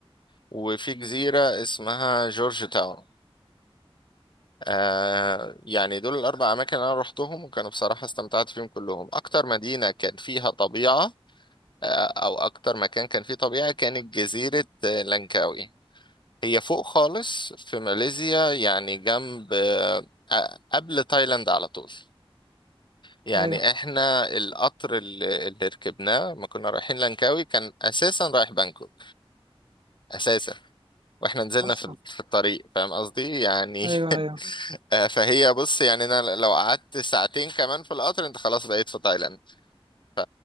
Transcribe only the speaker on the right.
ايوه
اصلا
ايوه ايوه